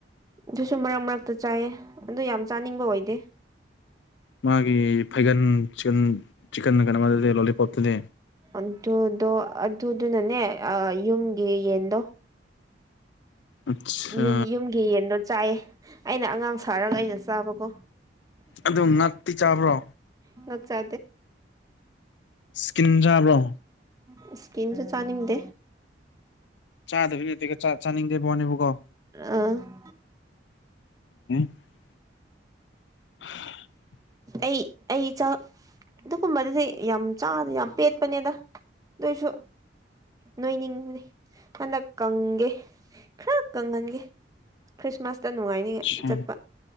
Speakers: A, on the right; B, on the left.
A: ꯑꯗꯨꯁꯨ ꯃꯔꯛ ꯃꯔꯛꯇ ꯆꯥꯏꯌꯦ ꯑꯗꯨ ꯌꯥꯝ ꯆꯥꯅꯤꯡꯕ ꯑꯣꯏꯗꯦ
B: ꯃꯥꯒꯤ ꯐꯩꯒꯟ ꯆꯤꯀꯟ ꯆꯤꯀꯟ ꯀꯩꯅꯣꯃꯗꯤ ꯂꯣꯂꯤꯄꯣꯞꯇꯨꯗꯤ
A: ꯑꯗꯨꯗꯣ ꯑꯗꯨꯗꯨꯅꯅꯦ ꯌꯨꯝꯒꯤ ꯌꯦꯟꯗꯣ
B: ꯑꯠꯁꯥ
A: ꯌꯨꯝ ꯌꯨꯝꯒꯤ ꯌꯦꯟꯗꯣ ꯆꯥꯏꯌꯦ ꯑꯩꯅ ꯑꯉꯥꯡ ꯁꯥꯔꯒ ꯑꯩꯅ ꯆꯥꯕꯀꯣ
B: ꯑꯗꯨ ꯉꯛꯇꯤ ꯆꯥꯕ꯭ꯔꯣ
A: ꯉꯛ ꯆꯥ
B: ꯁꯀꯤꯟ ꯆꯥꯕ꯭ꯔꯣ
A: ꯑꯝ ꯁꯀꯤꯟꯁꯨ ꯆꯥꯅꯤꯡꯗꯦ
B: ꯆꯥꯗꯕꯤ ꯅꯠꯇꯦꯒ ꯆꯥ ꯆꯥꯅꯤꯡꯗ ꯕꯋꯥꯅꯦꯕꯀꯣ
A: ꯑꯥ
B: <unintelligible> <unintelligible>
A: ꯑꯩ ꯑꯩ ꯆ ꯑꯗꯨꯒꯨꯝꯕꯗꯨꯗꯤ ꯌꯥꯝ ꯆꯥꯗꯦ ꯌꯥꯝ ꯄꯦꯠꯄꯅꯦꯗ ꯑꯗꯨꯏꯁꯨ ꯅꯣꯏꯅꯤꯡꯕꯅꯤ ꯍꯟꯗꯛ ꯀꯪꯒꯦ ꯈꯔ ꯀꯪꯍꯟꯒꯦ ꯈ꯭ꯔꯤꯁꯃꯥꯁꯇ ꯅꯨꯡꯉꯥꯏꯅꯤꯡꯉꯥꯏ
B: ꯑꯠꯆꯥ
A: ꯆꯠꯄ